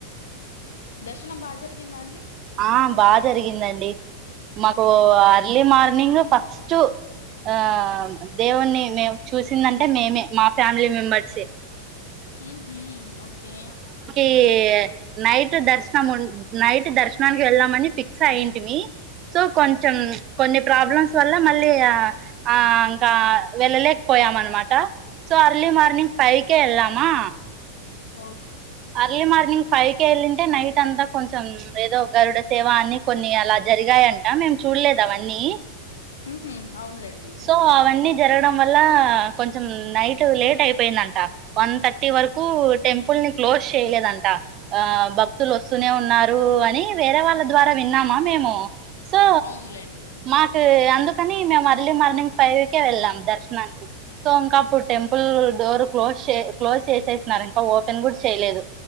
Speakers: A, on the left; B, on the right.
A: దర్శనం బాజరిగిందా అండి.
B: ఆ బాజరిగిందండి మాకు
A: ఓ
B: అర్లీ మార్నింగ్ ఫస్ట్. ఆ దేవుణ్ణి మేమ్ చూసిందంటే, మేమే మా ఫ్యామిలీ మెంబర్సే.
A: ఉహు ఒకే
B: కే నైట్ దర్శనముం, నైట్ దర్శనానికి వెళ్దామని ఫిక్స్ అయ్యింటిమి. సో కొంచెం
A: ఉమ్
B: కొన్ని ప్రాబ్లమ్స్ వల్ల మళ్ళీ ఆ, ఆ. కా వెళ్ళలేక పోయామన్మాట, సో అర్లీ మార్నింగ్ ఫైవ్కే వెళ్ళామా!
A: ఓ
B: అర్లీ మార్నింగ్ ఫైవ్ వెళ్ళింటే నైట్ అంతా కొంచెం ఏదో గరుడ సేవ అన్ని కొన్ని అలా జరిగాయంట మేము చూడలేదు అవన్నీ ఎన్ని
A: ఉహు అవునులేండి
B: సో అవన్నీ జరగడం వల్ల కొంచెం నైట్ లేట్ అయిపోయిందంట వన్ థర్టీ వరకు టెంపుల్ని క్లోజ్ చేయలేదంట ఆ భక్తులు వస్తూనే ఉన్నారు అని వేరే వాళ్ళ ద్వారా విన్నామా మేము సో
A: అవునులేండి
B: మాకు అందుకని మేము అర్లీ మార్నింగ్ ఫైవ్ కే వెళ్ళాం దర్శనానికి సో ఇంకా అప్పుడు టెంపుల్ డోర్ క్లోజ్ చే క్లోజ్ చేసేస్తున్నారు ఇంకా ఓపెన్ కూడా చేయలేదు